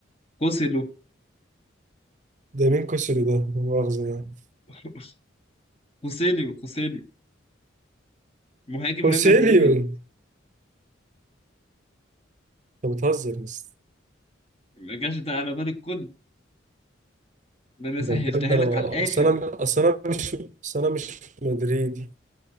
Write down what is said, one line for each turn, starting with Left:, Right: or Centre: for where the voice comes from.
Left: كوسيلو
Right: ده مين كوسيلي ده لا مؤاخذة يعني
Left: <laughs> كوسيليو كوسيليو مهاجم
Right: كوسيليو
Left: ريال مدريد
Right: انت بتهزر بس
Left: ما جاش ده على بال الكل ده انا
Right: ده
Left: سهلتها
Right: بجد انا
Left: لك على الاخر
Right: اصل انا اصل انا مش اصل انا مش مدريدي